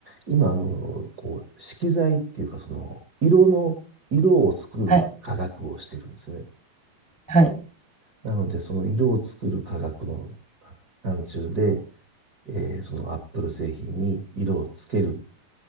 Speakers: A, on the right; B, in the centre.
A: 今、あの、こう、色彩っていうか、その、色の、色を作る科学をしてるんですね。
B: はい、はい。
A: なので、その色を作る科学の範疇で、えーそのアップル製品に色をつける